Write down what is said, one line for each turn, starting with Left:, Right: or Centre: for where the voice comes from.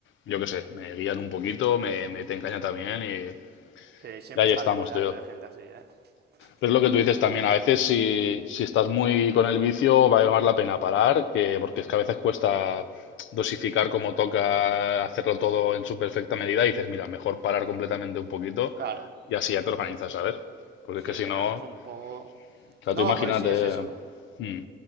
Left: yo qué sé, me guían un poquito, me, me te encañan también y,
Right: Sí, siempre
Left: y ahí
Right: está
Left: estamos,
Right: bien rodearte
Left: tío.
Right: de gente así, ¿eh?
Left: Es
Right: Ya
Left: lo que
Right: te
Left: tú
Right: lo
Left: dices
Right: digo.
Left: también, a veces si, si estás muy con el vicio vale más la pena parar, que, porque es que a veces cuesta dosificar como toca, hacerlo todo en su perfecta medida y dices, mira, mejor parar completamente un poquito
Right: Claro.
Left: y así ya te organizas, ¿sabes? Porque es
Right: Sí,
Left: que si
Right: te
Left: no,
Right: relajas
Left: o
Right: un poco.
Left: sea,
Right: No,
Left: tú imagínate,
Right: porque sí es eso.
Left: mm,